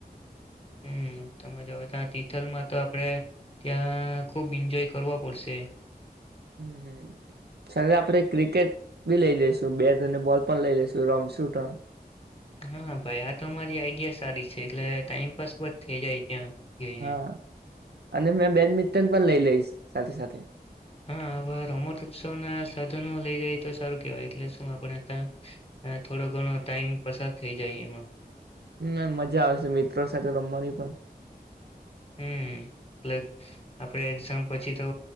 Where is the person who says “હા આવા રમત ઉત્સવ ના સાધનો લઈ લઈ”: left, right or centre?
Left